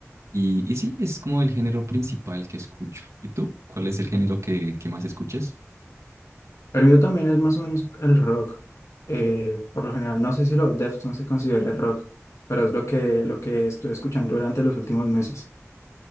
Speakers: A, on the right; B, on the left.
A: Y, y sí, es como el género principal que escucho. ¿Y tú? ¿Cuál es el género que, que más escuchas?
B: El mío también es más o menos el rock. eh, por lo general, no sé si los Deftones se considera rock, pero es lo que, lo que estuve escuchando durante los últimos meses.